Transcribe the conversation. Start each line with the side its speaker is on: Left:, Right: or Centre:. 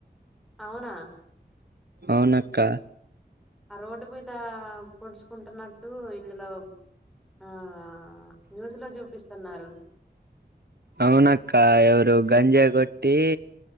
Centre: అవునా
Right: అవునక్క
Centre: ఆ రోడ్డు మీద పొడుచుకుంటున్నట్టు ఇందులో ఆ న్యూస్ లో చూపిస్తున్నారు
Right: అవునక్క ఎవరు గంజా కొట్టి